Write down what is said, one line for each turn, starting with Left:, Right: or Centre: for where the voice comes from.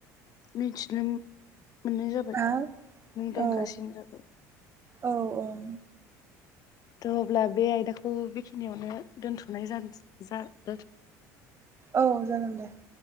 Left: मिथिनोम मोननाय जाबाय
Right: हा
Left: मुंदांखासिन
Right: औ
Left: जाबाय ।
Right: औ औ
Left: थ' अब्ला बे आयदाखौ बेखिनियावनो दोनथ'नाय जानो जा
Right: औ जागोन दे ।